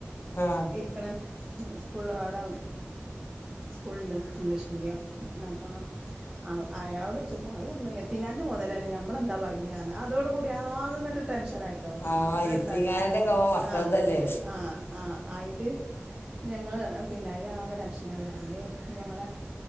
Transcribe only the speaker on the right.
ഇരിക്കണ സ്കൂളിഅവിടെ സ്കൂളുണ്ട് ഇംഗ്ലീഷ് മീഡിയം അപ്പ ആ അയാളോട് ചോദിച്ചപ്പ അത് പറഞ്ഞു എത്തിങ്ങാൻ്റെ മുതലല്ലേ നമ്മളെന്താ പറയുന്നത് കാരണം അതോടുകൂടി ആകെ അങ്ങാട്ട് ടെൻഷനായിട്ടോ
അകെ
ടെൻഷനായി
ആഹ് ആഹ് ആഹ അയില് ഞങ്ങള് പറഞ്ഞു പിന്നെ അയിന് ആകെ ടെൻഷനായി അയില് ഞങ്ങളെ